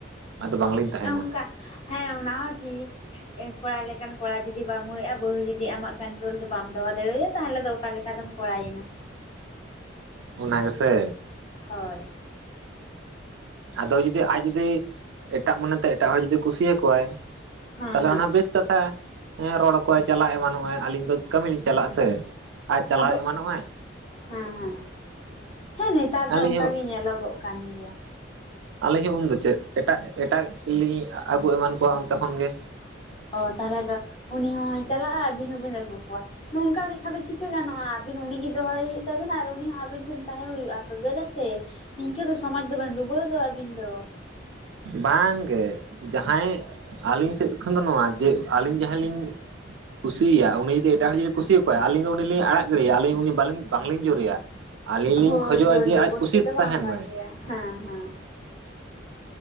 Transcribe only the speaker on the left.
ᱚᱱᱠᱟ ᱦᱮᱸ ᱚᱱᱟ ᱦᱚᱸ ᱴᱷᱤᱠ ᱮ ᱠᱚᱲᱟ ᱞᱮᱠᱟᱱ ᱠᱚᱲᱟ ᱡᱩᱫᱤ ᱵᱟᱢ ᱦᱩᱭᱩᱜᱼᱟ ᱵᱟᱹᱦᱩ ᱡᱩᱫᱤ ᱟᱢᱟᱜ ᱠᱚᱱᱴᱨᱚᱞ ᱨᱮ ᱵᱟᱢ ᱫᱚᱦᱚ ᱫᱟᱲᱮᱣᱟᱭᱟ ᱛᱟᱦᱚᱞᱮ ᱫᱚ ᱚᱠᱟ ᱞᱮᱠᱟ ᱫᱚᱢ ᱠᱚᱲᱟᱭᱮᱱᱟ
ᱦᱳᱭ
ᱦᱮᱸ
ᱦᱮᱸ
ᱟᱫᱚ
ᱦᱮᱸ ᱦᱮᱸ ᱦᱮᱸ ᱱᱮᱛᱟᱨ ᱫᱚ
ᱚᱱᱠᱟ
ᱜᱮ ᱧᱮᱞᱚᱜᱚᱜ ᱠᱟᱱᱟ᱾ ᱠᱟᱱ ᱜᱮᱭᱟ
ᱚ ᱛᱟᱦᱚᱞᱮ ᱫᱚ ᱩᱱᱤ ᱦᱚᱸᱭ ᱪᱟᱞᱟᱜᱼᱟ ᱟᱹᱵᱮᱱ ᱦᱚᱸᱵᱮᱱ ᱟᱹᱜᱩ ᱠᱚᱣᱟ᱾ ᱱᱚᱝᱠᱟ ᱞᱮᱠᱟ ᱫᱚ ᱪᱤᱠᱟᱹ ᱜᱟᱱᱚᱜᱼᱟ ᱟᱹᱵᱮᱱ ᱩᱱᱤᱜᱮ ᱫᱚᱦᱚᱭ ᱦᱩᱭᱩᱜ ᱛᱟᱵᱮᱱᱟ ᱟᱨ ᱩᱱᱤ ᱦᱚᱸ ᱟᱵᱮᱱ ᱴᱷᱮᱱ ᱛᱟᱦᱮᱸ ᱦᱩᱭᱩᱜᱼᱟ ᱛᱚᱵᱮ ᱨᱮᱜᱮ ᱥᱮ ᱱᱤᱝᱠᱟᱹ ᱫᱚ ᱥᱚᱢᱟᱡᱽ ᱫᱚᱵᱤᱱ ᱰᱩᱵᱟᱹᱣ ᱫᱚ ᱟᱹᱵᱤᱱ ᱫᱚ᱾
ᱦᱳᱭ
ᱡᱳᱨ
ᱡᱚᱵᱚᱥᱛᱤ
ᱫᱚ
ᱵᱟᱝ
ᱵᱷᱟᱜᱮᱭᱟ
ᱦᱮᱸ ᱦᱮᱸ